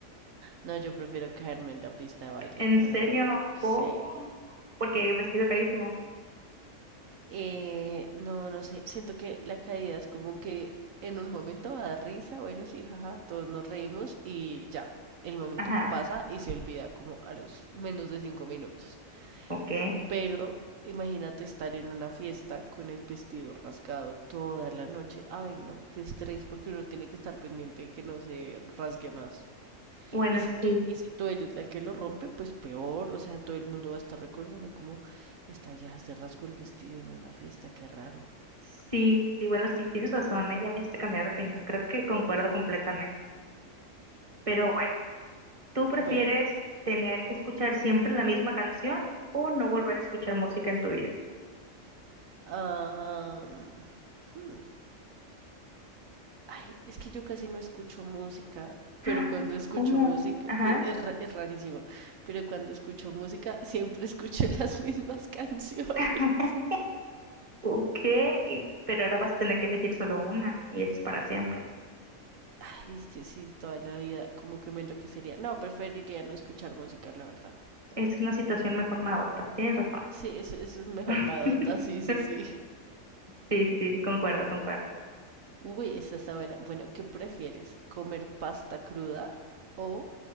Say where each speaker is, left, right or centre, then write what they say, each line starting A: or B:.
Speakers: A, on the right (about 80°); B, on the right (about 25°).
A: No, yo prefiero caerme en la pista de baile,
B: En
A: la
B: serio,
A: verdad. Sí.
B: ¿cómo? porque vestido carísimo.
A: Eh, no, no sé. Siento que la caída es como que en un momento va a dar risa. Bueno, sí, jaja, todos nos reímos y ya. El momento
B: Ajá,
A: pasa y se olvida como a los menos de cinco minutos.
B: ok.
A: Pero imagínate estar en una fiesta con el vestido rasgado toda la noche. Ay, no, qué estrés, porque uno tiene que estar pendiente de que no se rasgue más.
B: Bueno,
A: Y si
B: sí,
A: tú, y si tú eres la que lo rompe, pues peor. O sea, todo el mundo va a estar recordando como esta vieja se rasgó el vestido en una fiesta, qué raro.
B: sí, sí, bueno, sí, tienes razón, ¿eh? Ya me hiciste cambiar de opinión. Creo que concuerdo completamente. Pero bueno, ¿tú prefieres
A: Bueno,
B: tener que escuchar siempre la misma canción o no volver a escuchar música en tu vida?
A: ah, hmm. Ay, es que yo casi no escucho música, pero
B: Ah,
A: cuando escucho
B: ¿Cómo?
A: música,
B: Ajá.
A: e- es, ra- es rarísimo, pero cuando escucho música siempre escucho <laughs> las mismas canciones.
B: <laughs> Ok, pero ahora vas a tener que elegir solo una y eso es para siempre.
A: Ay, es que sí, toda la vida como que me enloquecería. No, preferiría no escuchar música, la verdad.
B: Es una situación mejor nada Tienes razón.
A: Sí, eso eso es mejor
B: <laughs>
A: nadota, sí, sí, sí.
B: Sí, sí, sí, sí, concuerdo, concuerdo.
A: Uy, esta está buena. Bueno, ¿qué prefieres? ¿Comer pasta cruda o